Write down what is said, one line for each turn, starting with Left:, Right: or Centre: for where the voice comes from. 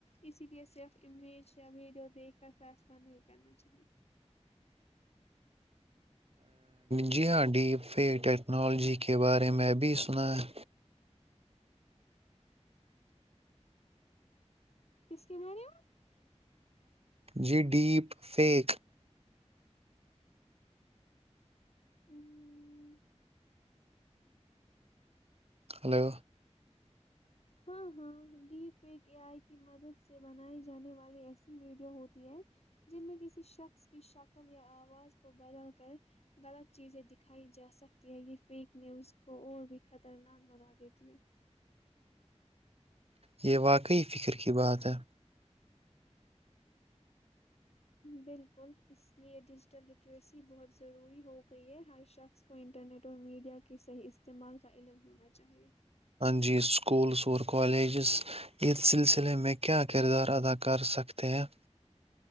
Left: اسی لئے صرف امیج یا ویڈیو دیکھ کر فیصلہ نہیں کرنا چاہیں
Right: جی ہاں ڈیپے ٹیکنالوجی کے بارے میںبھی سنا ہے
Left: کس کنارے میں
Right: جی ڈیپ فیک
Left: میں ہمم،
Right: ہلو
Left: ہاں ہاں ڈی پیک اے آئی کی مدد سے بنائی جانے والی ایسی ویڈیو ہوتی ہے جن میں کسی شخص کی شکل یا آواز کو بدل کر غلط چیزیں دکھائی جا سکتی ہے یہ فیک نیوز کو اور بھی خطرناک بنا دیتی ہے
Right: یہ واقعی فکر کی بات ہے
Left: بالکل اس لیے ڈیجیٹل لٹریسی بہت ضروری ہو گئی ہے ہر شخص کو انٹرنیٹ اور میڈیا کے صحیح استعمال کا علم ہونا چاہیے
Right: جی، اسکولز اور کالجز اس سلسلے میں کیا کردار ادا کر سکتے ہیں